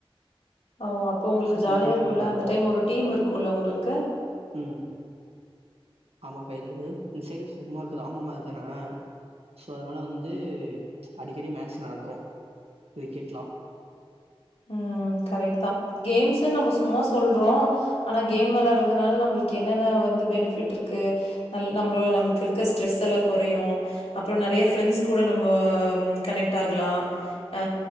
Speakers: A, on the left; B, on the right.
A: ஓ அப்போ உங்களுக்கு
B: சோ அது
A: ஜாலிய
B: மாரி
A: இருக்குல்ல
B: போய் விளாடுவோ
A: அந்த டைம் ஒரு டீம் இருக்கும்ல உங்களுக்கு
B: ம் ஆமாக்கா இது இந்த சைடு சும்மா கிராம மாரிதானே சோ அதனால வந்து அடிக்கடி மேட்ச் நடக்கு கிரிக்கெட்லா
A: ம் கரெக்ட் தா கேம்ஸ்சுன்னு நம்ம சும்மா சொல்றோ ஆனா கேம் வெளையாட்றதுனால நம்மளுக்கு என்னென்ன வந்து பெனிபிட் இருக்கு நல் நம்மள நம்மளுக்கு இருக்க ஸ்ட்ரெஸ் எல்லா கொறையு அப்றோ நறைய ஃப்ரெண்ட்ஸ் கூட நம்ம கனெக்ட் ஆகலா அ